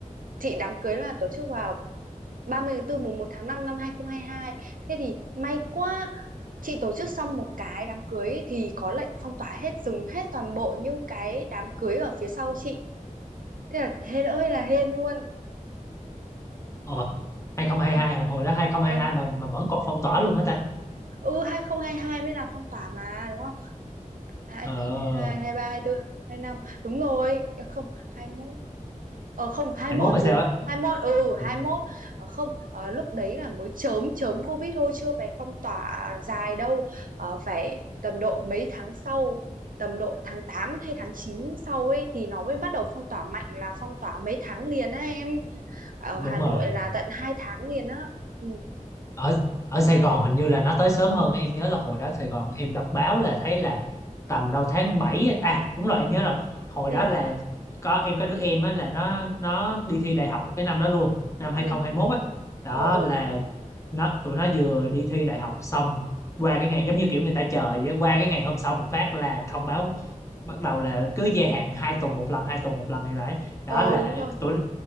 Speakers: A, on the right; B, on the left.
A: chị đám cưới là tổ chức vào 30 tháng 4 mùng 1 tháng 5 năm 2022 thế thì may quá chị tổ chức xong một cái đám cưới ấy thì có lệnh phong tỏa hết dừng hết toàn bộ những cái đám cưới ở phía sau chị thế là hên ơi là hên luôn
B: ờ, 2022
A: ừ
B: hả? hồi đó 2022
A: ừ
B: mà mà vẫn còn phong tỏa luôn hả ta
A: ừ 2022 mới là phong tỏa mà đúng không hai
B: ờ
A: hai hai hai ba hai tư hai năm đúng rồi Ờ, không hai mốt ờ không hai
B: 21
A: mốt
B: hay
A: chứ
B: sao á
A: hai mốt ừ
B: Ừ,
A: hai mốt ờ, không ờ, lúc đấy là mới chớm chớm covid thôi chưa phải phong tỏa dài đâu Ờ, phải tầm độ mấy tháng sau tầm độ tháng 8 hay tháng 9 sau ấy thì nó mới bắt đầu phong tỏa mạnh là phong tỏa mấy tháng liền á em ở
B: đúng
A: Hà Nội
B: rồi
A: là tận hai tháng liền á ừ
B: ở ở Sài Gòn hình như là nó tới sớm hơn á. em nhớ là hồi đó Sài Gòn em đọc báo là thấy là tầm đâu tháng 7 ấy. à đúng rồi em nhớ rồi hồi
A: ừ
B: đó là có em có đứa em á là nó nó đi thi đại học cái năm đó luôn năm hai
A: ừ
B: không hai mốt á đó
A: ừ ừ
B: là nó tụi nó vừa đi thi đại học xong qua cái ngày
A: ừ.
B: giống như kiểu người ta chờ vậy á, qua cái ngày hôm sau một phát là thông báo bắt đầu là cứ gia hạn hai tuần một lần hai tuần một lần thì vậy đó
A: Ờ
B: là
A: đúng rồi.
B: tụi